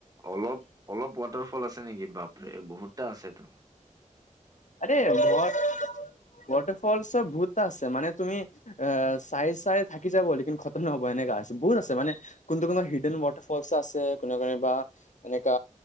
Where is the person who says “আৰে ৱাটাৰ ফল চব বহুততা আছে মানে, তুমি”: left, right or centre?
Left